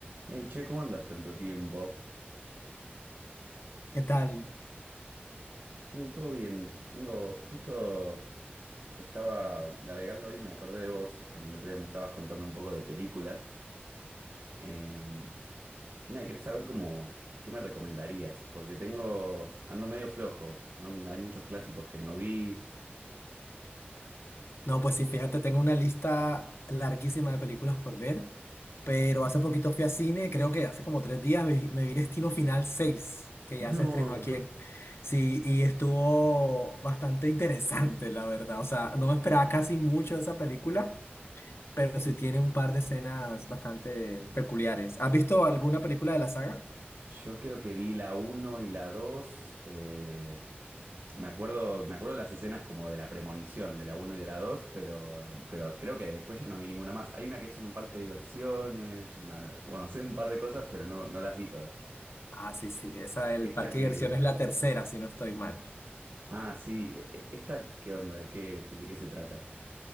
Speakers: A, on the right; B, on the left.
A: Hey, che, ¿cómo andas tanto tiempo?
B: ¿Qué tal?
A: Bien, todo bien. Vengo, justo estaba navegando hoy, y me acordé de vos, que el otro día me estabas contando un poco de películas. Em, y nada, quería saber cómo, qué me recomendarías, porque tengo, ando medio flojo, ¿no? Hay muchos clásicos que no vi.
B: No, pues sí, fíjate, tengo una lista larguísima de películas por ver, pero hace poquito fui a cine, creo que hace como tres días vi- me vi Destino Final seis, que
A: <laughs>
B: ya
A: No,
B: se estrenó aquí en... Sí, y estuvo bastante interesante, la verdad. O sea, no me esperaba casi mucho de esa película, pero sí tiene un par de escenas bastante peculiares. ¿Has visto alguna película de la saga?
A: yo creo que vi la uno y la 2. eh, Me acuerdo, me acuerdo de las escenas como de la premonición, de la uno y de la 2, pero, pero creo que después ya no vi ninguna más. Hay una que es en un parque de diversiones, ma- bueno, sé un par de cosas, pero no, no las vi todas.
B: Ah, sí, sí,
A: Es-
B: esa del
A: Esta
B: Parque
A: que...
B: de Diversiones es la tercera, si no estoy mal.
A: Ah, sí, e- esta, ¿qué onda? ¿De qué, de qué se trata?